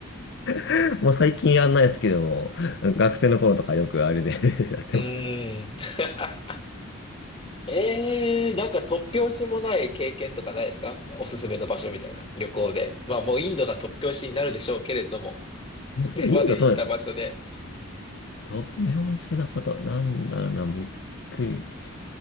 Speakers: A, on the left; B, on the left.
A: <laughs> もう最近やんないですけども、学生の頃とかよくあれで <laughs> やってましたね。
B: うーん。<laughs> ええなんか突拍子もない経験とかないですかおすすめの場所みたいな旅行で。まあもうインドが突拍子になるでしょうけれども、<laughs>
A: もう多んインドそうですね。
B: それまで行った場所で。
A: 突拍子なこと、なんだろうな、びっくり。